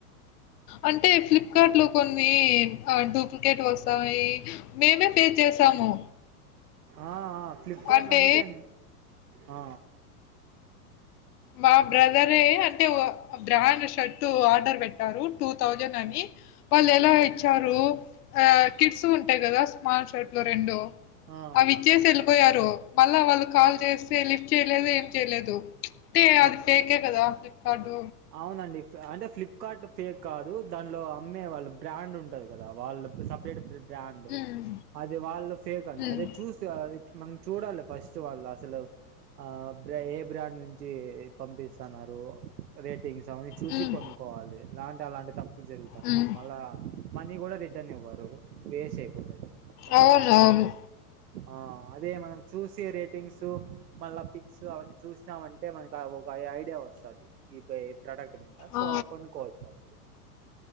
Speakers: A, on the left; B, on the right.
A: అంటే ఫ్లిప్కార్ట్ లో కొన్ని ఆ డూప్లికేట్ వస్తాయి మేమే పే చేసాము
B: ఆ ఆ ఫ్లిప్కార్ట్లో
A: అంటే
B: అందుకే ఆ
A: మా బ్రదరే అంటే బ్రాండ్ షర్ట్ ఆర్డర్ పెట్టారు టూ థౌజండ్ అని వాళ్ళు ఎలా ఇచ్చారు ఆ కిట్స్ ఉంటాయి కదా స్మార్ల్ షైట లో రెండు
B: ఆ, ఆ,
A: అవి ఇచ్చేసి వెళ్ళిపోయారు మళ్ళా వాళ్ళు కాల్ చేస్తే లిఫ్ట్ చేయలేదు ఏం చేయలేదు అంటే అది
B: ఆ.
A: ఫేకే కదా ఫ్లిప్కార్ట్
B: అవునండి అంటే ఫ్లిప్కార్ట్లో ఫేక్ కాదు దానిలో అమ్మే వాళ్ళు బ్రాండ్ ఉంట ఉంటది కదా వాళ్ళు సపరేట్ బ్రాండ్
A: హ్మ్.
B: అది వాళ్ళు ఫేక్ అండి
A: హ్మ్.
B: అదే చూసి మనం చూడాలి ఫస్ట్ వాళ్ళు అసలు ఆ బ్ర ఏ బ్రాండ్ నుంచి పంపిస్తున్నారు రేటింగ్స్ అవన్న చూసి
A: హ్మ్.
B: కొనుక్కోవాలి ఇలాంటి అలాంటి తప్పులు జరుగుతంటాయి
A: హ్మ్.
B: మళ్ళా మనీ కూడా ర రిటర్న్ ఇవ్వరు వేస్తే అయిపోతది చాలా
A: అవునవును.
B: ఆ అదే మనం చూసే రేటింగ్స్ మళ్ళా పిక్స్ అవన్నీ చూసినామంటే అంటే మనకి ఒక ఐ ఐడియా వస్తుది ఈ పయి ప్రోడక్ట్ మీద సో
A: ఆ!
B: కొనుకోవచ్చు అప్పుడు